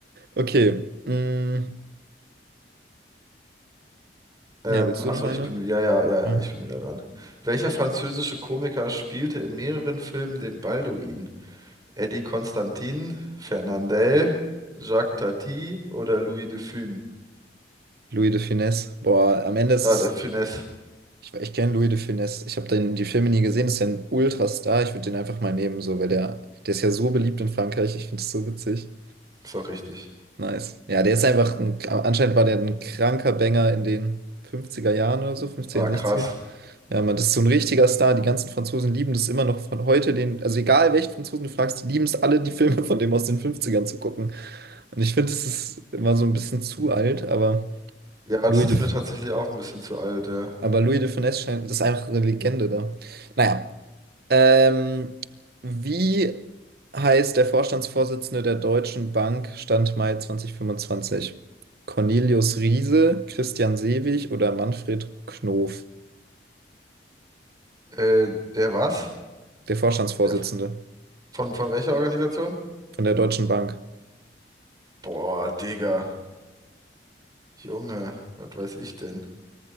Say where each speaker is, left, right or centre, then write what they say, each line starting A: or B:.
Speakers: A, on the right; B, on the right.
A: Okay. mm,
B: Ähm,
A: Ja, willst
B: achso,
A: du noch eine?
B: ich bin, ja, ja, ja, ja,
A: Ja.
B: ich bin wieder dran. Welcher französische Komiker spielte in mehreren Filmen den Balduin? Eddie Constantin, Fernandel, Jacques Tati oder Louis de Funès?
A: Louis de Funès. Boah, am Ende ist
B: Ah,
A: es.
B: der Funès.
A: Ich, ich kenne Louis de Funès. Ich habe den die Filme nie gesehen. Das ist ja ein Ultrastar. Ich würde den einfach mal nehmen, so, weil der, der ist ja so beliebt in Frankreich. Ich finde es so witzig.
B: Ist auch richtig.
A: Nice. Ja, der ist einfach ein, anscheinend war der ein kranker Banger in den fünfziger Jahren oder so, 50
B: Ah,
A: sechziger
B: krass.
A: Ja, man, das ist so ein richtiger Star. Die ganzen Franzosen lieben das immer noch von heute. Den, also egal welchen Franzosen du fragst, die lieben es alle, die Filme von dem aus den 50 zu gucken. Und ich finde, das ist immer so ein bisschen zu alt, aber
B: Ja,
A: Louis
B: das ist
A: de,
B: mir tatsächlich auch ein bisschen zu alt, ja.
A: aber Louis de Funès scheint, das ist einfach eine Legende da. Naja, Ähm, wie heißt der Vorstandsvorsitzende der Deutschen Bank Stand Mai 2025? Cornelius Riese, Christian Sewig oder Manfred Knof?
B: Äh, der was?
A: Der Vorstandsvorsitzende
B: Der f- von, von welcher Organisation?
A: von der Deutschen Bank.
B: Boah, Digga. Junge, was weiß ich denn?